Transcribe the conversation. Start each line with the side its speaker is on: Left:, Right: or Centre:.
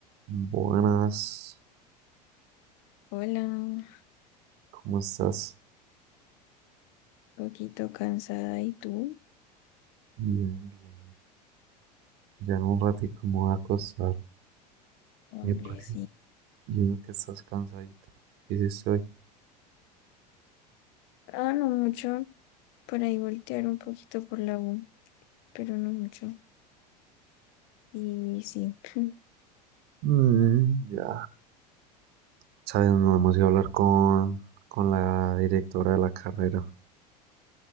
Right: Buenas,
Left: Hola, un
Right: ¿cómo estás?
Left: poquito cansada. ¿Y tú?
Right: Bien, bien. Ya en un ratito me voy a acostar.
Left: Hombre,
Right: eh, porque
Left: sí.
Right: yo veo que estás cansadito. ¿Qué hiciste hoy?
Left: Ah, no mucho. Por ahí voltear un poquito por la U, pero no mucho. Y sí. <laughs>
Right: Mm, ya. Sabes, no hemos ido a hablar con, con la directora de la carrera.